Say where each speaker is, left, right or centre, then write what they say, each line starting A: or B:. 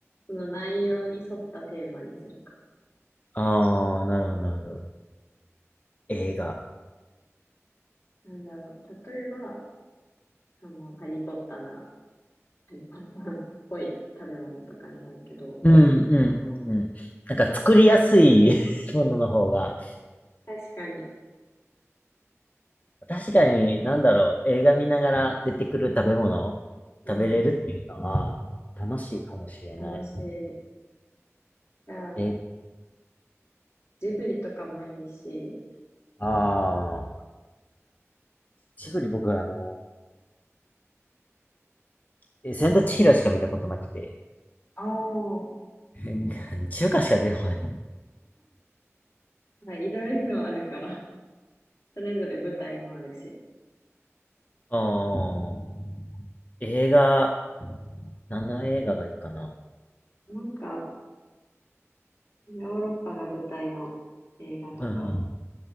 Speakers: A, on the left (about 60°); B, on the left (about 30°).
A: その内容に沿ったテーマにするか。
B: ああー、なるほど、なるほど。映画。
A: なんだろう。例えば、その、ハリーポッターなら、ハリーポッターっぽい食べ物とかになるけど、
B: うん、うん、うん、うん。なんか作りやすい <laughs> ものの方が、
A: 確かに、
B: 確かに、なんだろう、映画見ながら出てくる食べ物、
A: うん、
B: 食べれるっていうのは、楽しいかもしれない。
A: 楽しい。じゃあ、
B: え、
A: ジブリとかもいいし、
B: ああ、ジブリ僕はあの、え千と千尋しか見たことなくて、
A: ああ、
B: <laughs> 中華しか出てこない。
A: まあいろいろあるから、それぞれ舞台もあるし。
B: ああ、映画、何の映画がいいかな。
A: なんか、ヨーロッパが舞台の映画とか
B: <laughs> うん